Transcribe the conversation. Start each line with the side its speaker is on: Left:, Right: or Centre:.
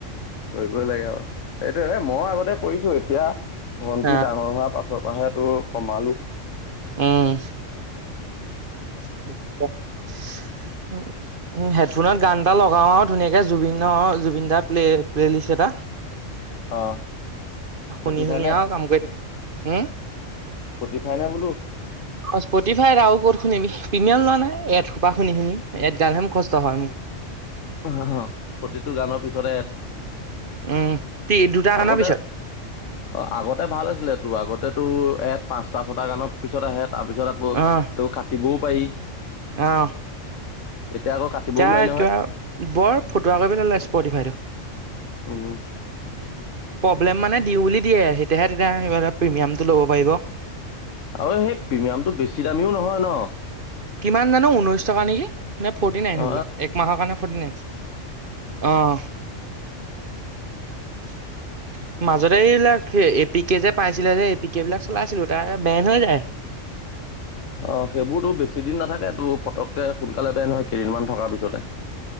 Left: কৰিবই লাগে আৰু, সেইটোয়ে মই আগতে কৰিছো এতিয়া ভন্টি
Right: এ
Left: ডাঙৰ হোৱাৰ পাছত তাপা হে তোৰ কমালো
Right: উম <inaudible> হেডফোনত গান এটা লগাও আৰু ধুনীয়াকে জুবিন জুবিন দাৰ প্লে প্লে লিষ্ট এটা
Left: অ', স্পটিফাই
Right: শুনি, শুনি
Left: নে
Right: আৰু কাম কৰি থাকি
Left: স্পটিফাই নে বোলো
Right: অ', স্পটিফাই আও ক'ত শুনিবি? প্ৰিমিয়াম লোৱা নাই এড সোপা শুনি, শুনি, এড গালহে মোৰ মুখস্থ হয় মোৰ
Left: হয়, হয় প্ৰতিটো গানৰ পিছতে এড
Right: উম তি দুটা
Left: আগতে
Right: গানৰ পিছত
Left: অ', আগতে ভাল আছিলে তোৰ আগতে তো এ পাঁচটা ছটা গানত পিছত আহে তাৰ পিছত আকৌ
Right: অহ
Left: তোৰ কাটিবও পাৰি
Right: অহ
Left: এতিয়া আকৌ কাটিবও
Right: এতিয়া
Left: নোৱাৰি নহয়
Right: কিবা বৰ ফুটুৱা কৰি পেলালে স্পটিফাইটো
Left: উম
Right: প্ৰব্লেম মানে দি বুলি দিয়ে, তেতিয়াহে তেতিয়া প্ৰিমিয়ামটো ল'ব পাৰিব
Left: আৰু সেই প্ৰিমিয়ামটো বেছি দামীও নহয় ন
Right: কিমান জানো, ঊনৈশ টকা নেকি? নাই ফৰ্টি নাইন
Left: অ
Right: হবলা, এক মাহৰ কাৰণে ফৰ্টি নাইন অ', <unintelligible>
Left: <unintelligible>
Right: মাজতে এইবিলাক এপি কে যে পাইছিলে যে এপি কে বিলাক চলাইছিলো তাৰ বেন হৈ যায়
Left: <unintelligible> অ', সেইবোৰতো বেছি দিন নাথাকে তটো পটককে সোনকালে পায় নহয় কেইদিনমান থকাৰ পিছতে